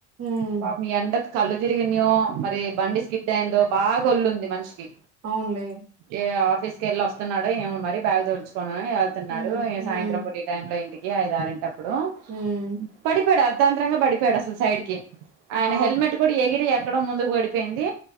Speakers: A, on the right; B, on the right.
A: ఉమ్
B: డు పాపం ఈ ఎండకు కళ్ళు తిరిగనియో మరి బండి స్కిడ్ అయిందో బాగా వొల్లుంది. మనిషికి
A: అవునులే
B: ఏ ఆఫీస్ క వెళ్ళి వస్తున్నాడో ఏమో మరి బ్యాగ్ తడుచు ఆ ఇగ వెళ్తున్నాడు.
A: ఉమ్ ఉమ్
B: సాయంత్రం ఈ టైంలో ఇంటికి ఐదు అరింటప్పుడు
A: ఉమ్
B: ఇప్పటికి పోయాడు అర్ధాంతరంగా పడిపోయాడు. అసలు సైడ్ కి
A: ఆ
B: ఆయన హెల్మెట్ కూడా ఎగిరి ఎక్కడ ముందుకు పడిపోయింది.